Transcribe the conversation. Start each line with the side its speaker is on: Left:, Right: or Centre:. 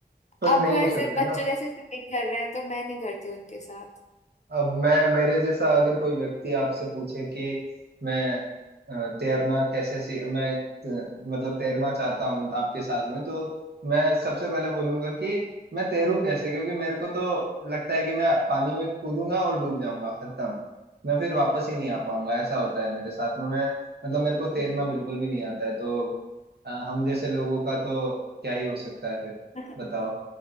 Right: पर
Left: अब
Right: नहीं
Left: वो ऐसे
Right: हो सकते
Left: बच्चों
Right: ना
Left: जैसे शॉपिंग कर रहे हैं तो मैं नहीं करती उनके साथ
Right: अब मैं मेरे जैसा अगर कोई व्यक्ति आपसे पूछे कि मैं अ, तैरना कैसे सी मैं त- मतलब तैरना चाहता हूँ आपके साथ में तो मैं सबसे पहले बोलूंगा कि मैं तैरूं कैसे क्योंकि मेरे को तो लगता है कि मैं पानी में कूदूंगा और डूब जाऊंगा खत्म मैं फिर वापस ही नहीं आ पाऊंगा ऐसा होता है मेरे साथ में मैं मतलब मेरे को
Left: हम्म
Right: तैरना बिल्कुल भी नहीं आता है तो अ, हम जैसे लोगों का तो क्या ही हो सकता है फिर
Left: <laughs>
Right: बताओ